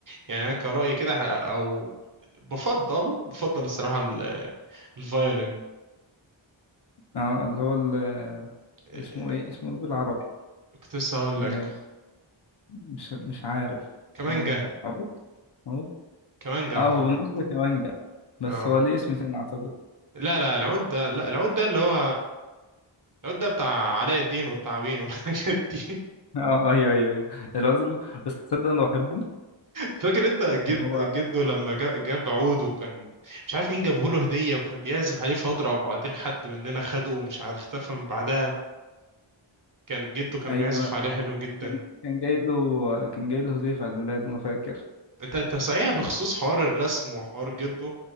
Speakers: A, on the right; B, on the left.
A: يعني انا كرأيي كده ه- او بفضل بفضل الصراحة ال- الفيولين
B: اه اللي هو ال-
A: اه،
B: اسمه ايه اسمه ايه بالعربي
A: كنت لسه هقول
B: آه،
A: لك
B: مش مش عارف
A: كمانجا
B: آه، عود عود
A: كمانجا
B: اه
A: اعتقد
B: هو بالمصري كمانجا بس
A: اه
B: هو ليه اسم تاني اعتقد
A: لا لا العود ده لا العود ده اللي هو العود ده بتاع علاء الدين والتعابين والحاجات دي
B: <laughs> اه ايوه ايوه ايوه العود اللي... بس تصدق انا بحبه
A: فاكر انت جد
B: اللي هو
A: جده لما جا- جاب عود وكان مش عارف مين جابه له هدية وكان بيعزف عليه فاضرة وبعدين حد مننا خده ومش عارف اختفى من بعدها كان جده كان
B: ايوه
A: بيعزف
B: أنا
A: عليه حلو جدا
B: كان كان جاي له كان جاي له هدية في عيد ميلاده ما فاكر
A: انت انت صحيح بخصوص حوار الرسم وحوار جده